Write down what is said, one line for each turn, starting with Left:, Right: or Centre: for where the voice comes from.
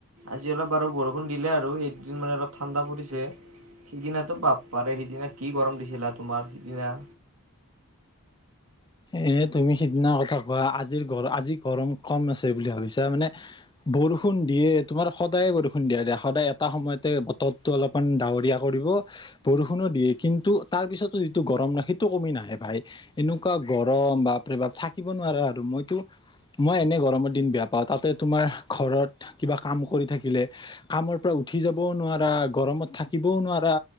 Right: আজি অলপ বাৰ বৰষুণ দিলে আৰু এইদিন মানে অলপ ঠাণ্ডা পৰিছে সিদিনাতো বাপ পাৰে সিদিনা কি গৰম দিছিলা তোমাৰ সিদিনা
Left: এ তুমি সিদিনা কথা কোৱা আজিৰ গৰ আজি গৰম কম আছে বুলি ভাবিছা মানে বৰষুণ দিয়ে তোমাৰ সদায় বৰষুণ দিয়া দিয়া সদায় এটা সময়তে বতৰটো অলপমান ডাৱৰীয়া কৰিব বৰষুণো দিয়ে কিন্তু তাৰ পিছতো যিটো গৰম নাই সেইটো কমি নাহে ভাই এনেকুৱা গৰম বাপ প্ৰে বাপ থাকিব নোৱাৰাৰে আৰু মইতো মই এনে গৰমৰ দিন বেয়া পাওঁ তাতে তোমাৰ ঘৰত কিবা কাম কৰি থাকিলে কামৰ পৰা উঠি যাবও নোৱাৰা গৰমত থাকিবও নোৱাৰা